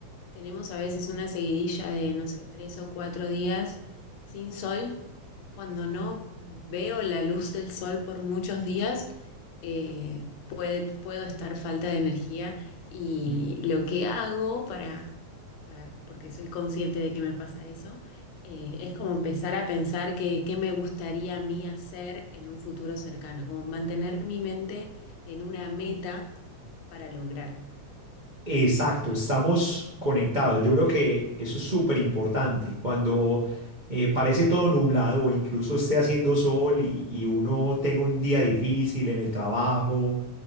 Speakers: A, on the left; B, on the right.
A: tenemos a veces una seguidilla de, no sé, tres o cuatro días sin sol. Cuando no veo la luz del sol por muchos días, eh, puede, puedo estar falta de energía y lo que hago para para, porque soy consciente de que me pasa eso, eh, es como empezar a pensar que, qué me gustaría a mí hacer en un futuro cercano, como mantener mi mente en una meta para lograr.
B: Exacto,
A: No sé si me
B: estamos
A: explico.
B: conectados. Yo creo que eso es súper importante. Cuando eh, parece todo nublado o incluso esté haciendo sol y, y uno tenga un día difícil en el trabajo,